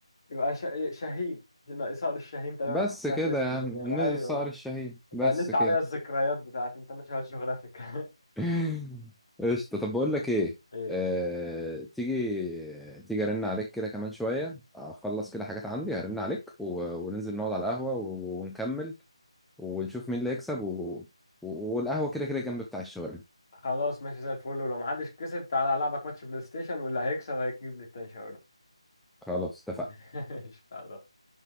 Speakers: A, on the left; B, in the centre.
A: يبقى ش... إيه، شاهين هنا صقر الشاهين تقريبا
B: بس
A: كنت سمعت
B: كده
A: اسمه
B: يا عم
A: زمان ايوه
B: الصقر الشهيد
A: انت
B: بس
A: قللت
B: كده
A: عليا الذكريات بتاعت انترناشونال جيوغرافيك
B: <laughs> قشطة طب بقول لك ايه
A: <laughs> ايه
B: آه... تيجي تيجي ارن عليك كده كمان شوية اخلص كده حاجات عندي هرن عليك و... وننزل نقعد على القهوة و... ونكمل ونشوف مين اللي يكسب و... و... والقهوة كده كده جنب بتاع الشاورما
A: خلاص ماشي زي الفل ولو محدش كسب تعالى العبك ماتش بلاي ستيشن واللي هيكسب هيجيب لي التاني شاورما
B: خلاص اتفقنا
A: <laughs> ماشي خلاص